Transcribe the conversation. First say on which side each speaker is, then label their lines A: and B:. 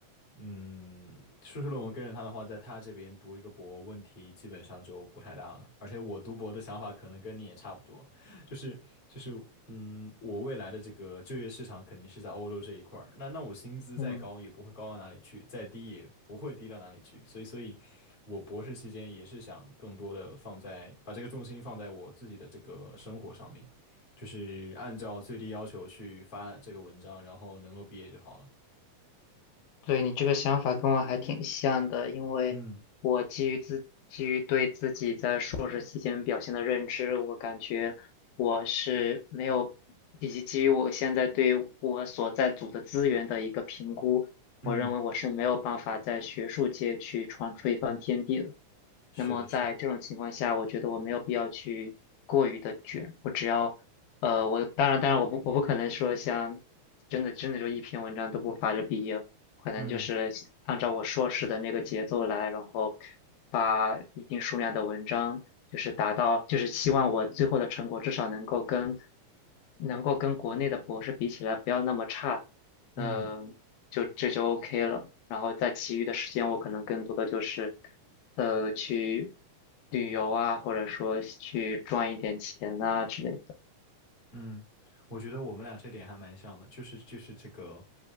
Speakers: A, on the left; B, on the left.
A: 嗯，硕士论文跟着他的话，在他这边读一个博，问题基本上就不太大了。而且我读博的想法可能跟你也差不多，就是就是嗯，我未来的这个就业市场肯定是在欧洲这一块儿。那那我薪资再高也不会高到哪里去，
B: 嗯。
A: 再低也不会低到哪里去。所以所以，我博士期间也是想更多的放在把这个重心放在我自己的这个生活上面，就是按照最低要求去发这个文章，然后能够毕业就好了。
B: 对你这个想法跟我还挺像的，因为我基于自基于对自己在硕士期间表现的认知，
A: 嗯
B: 我感觉我是没有，以及基于我现在对我所在组的资源的一个评估，
A: 嗯
B: 我认为我是没有办法在学术界去闯出一番天地的。
A: 是的，
B: 那么在这种情况下，
A: 是的。
B: 我觉得我没有必要去过于的卷，我只要，呃，我当然当然我不我不可能说像真的真的就一篇文章都不发就毕业，可能就是按照我硕士的那个节奏来，
A: 嗯
B: 然后发一定数量的文章，就是达到就是希望我最后的成果至少能够跟能够跟国内的博士比起来不要那么差，
A: 嗯。
B: 嗯。就这就 OK 了。然后在其余的时间，我可能更多的就是，呃，去旅游啊，或者说去赚一点钱啊之类的。
A: 嗯，我觉得我们俩这点还蛮像的，就是就是这个，